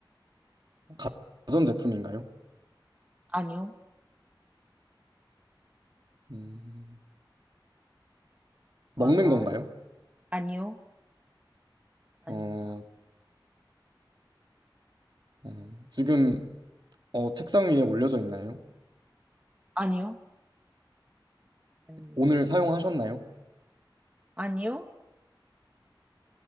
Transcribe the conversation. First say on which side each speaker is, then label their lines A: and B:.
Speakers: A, on the right; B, on the right.
A: 가- 가전제품인가요?
B: 아니요,
A: 음, 먹는
B: 뭘까요?
A: 건가요?
B: 아니요, 아닙니다.
A: 어, 음, 지금, 어, 책상 위에 올려져 있나요?
B: 아니요, 아닙니다.
A: 오늘 사용하셨나요?
B: 아니요?